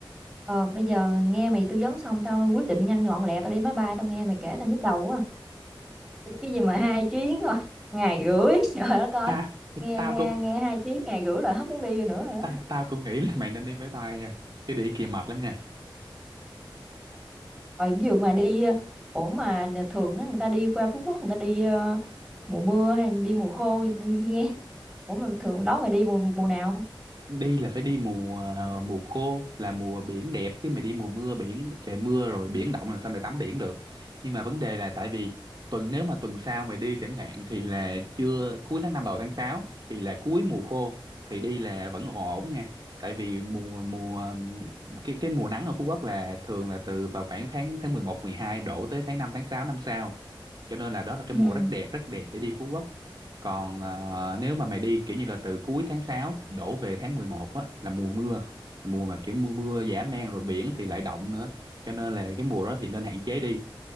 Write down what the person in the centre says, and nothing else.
Ờ, bây giờ nghe mày tư vấn xong tao quyết định nhanh gọn lẹ tao đi máy bay tao nghe mày kể tao nhức đầu quá cái gì mà hai chuyến thôi ngày rưỡi <laughs> trời đất ơi
nghe
nghe
nghe hai chuyến ngày rưỡi là hết muốn đi rồi nữa rồi
đó
rồi ví dụ mà đi ờ, ủa mà nè, thường á, người ta đi qua Phú Quốc người ta đi ờ, mùa mưa hay đi mùa khô nghe ủa mà thường đó mày đi mùa mùa nào
ừ